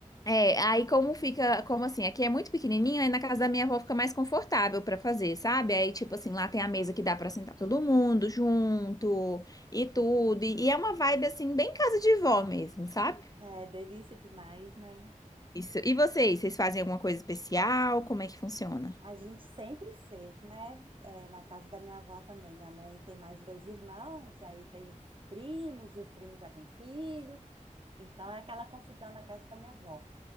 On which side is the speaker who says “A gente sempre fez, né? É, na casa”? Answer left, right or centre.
Right